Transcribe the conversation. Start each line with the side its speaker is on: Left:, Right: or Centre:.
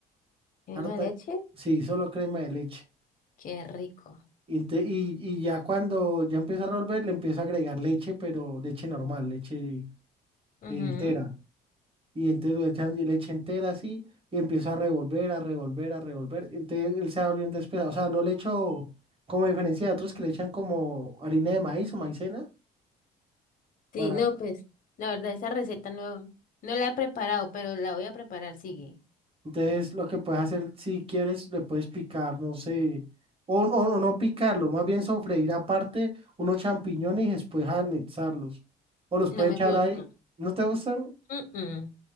Left: Crema
Right: Harta,
Left: de leche,
Right: sí, solo crema de leche.
Left: qué rico.
Right: Y, ente- y- y ya cuando ya empieza a revolver, le empieza a agregar leche, pero leche normal, leche
Left: Ujú.
Right: eh, entera. Y entonces le echan leche entera así y empieza a revolver, a revolver, a revolver. Entonces él se va volviendo espesa. O sea, no le echo, como diferencia de otros que le echan como harina de maíz o maicena. Para...
Left: Sí, no, pues, la verdad, esa receta no, no la he preparado, pero la voy a preparar, sigue.
Right: Entonces lo que puedes hacer, si quieres, le puedes picar, no sé, o, o, o no picarlo, más bien sofreír aparte unos champiñones y después anexarlos. O los
Left: No
Right: puedes
Left: me
Right: echar
Left: gusta.
Right: ahí. ¿No te gustan?
Left: Mm, mm.